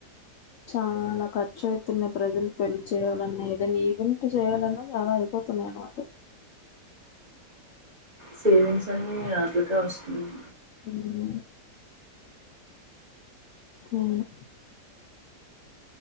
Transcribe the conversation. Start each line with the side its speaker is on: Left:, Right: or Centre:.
Left: చాలా ఖర్చు అయితున్నాయ్ ప్రజలు పెళ్లి చేయాలన్నా ఏదన్న ఈవెంట్ చేయాలన్న చానా అయిపోతున్నాయి అన్నమాట
Right: సేవింగ్స్ అన్ని ఆట్లకే వస్తున్నాయి
Left: ఉమ్ అవును